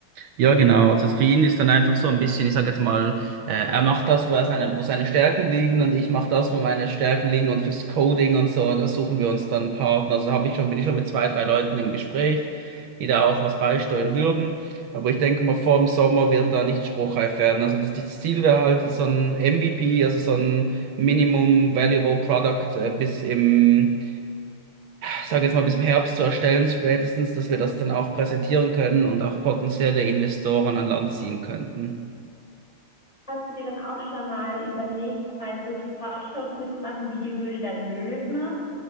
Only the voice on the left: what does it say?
Hast du dir dann auch schon mal überlegt, bei so TV-Shows mitzumachen wie die Höhle der Löwen?